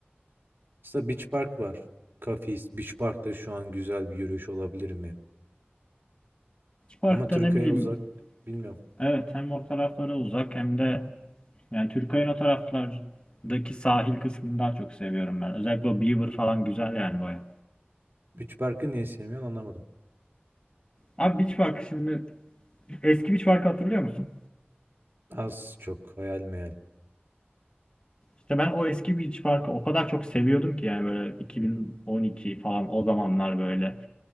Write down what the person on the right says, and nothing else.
Aslında Beach Park var. Kafis. Beach Park'ta şu an güzel bir yürüyüş olabilir mi?
Ama Türkiye'ye
uzak. Bilmiyorum.
Beach Park'ı niye sevmiyorsun anlamadım.
Az çok hayal meyal.